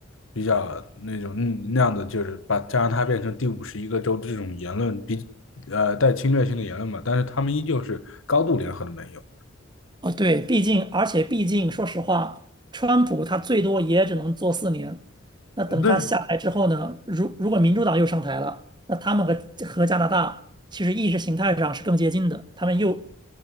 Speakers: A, on the left; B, on the right.
A: 比较那种嗯那样的，就是把加拿大变成第五十一个州的这种言论比呃带侵略性的言论嘛，但是他们依旧是高度联合的盟友。
B: 哦，对，毕竟，而且毕竟，说实话，川普他最多也只能做四年。那等他下台之后呢，
A: 呃对
B: 如如果民主党又上台了，那他们和和加拿大其实意识形态上是更接近的，他们又